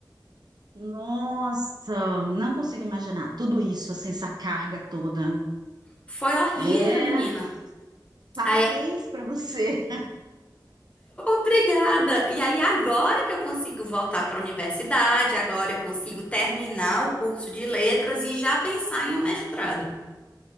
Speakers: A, on the right; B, on the left.
A: Nossa, não consigo imaginar tudo isso, assim, essa carga toda.
B: Foi horrível,
A: É,
B: menina.
A: parabéns
B: Aí
A: para você.
B: Obrigada! E aí, agora que eu consigo voltar para a universidade, agora eu consigo terminar o curso de letras e já pensar em um mestrado.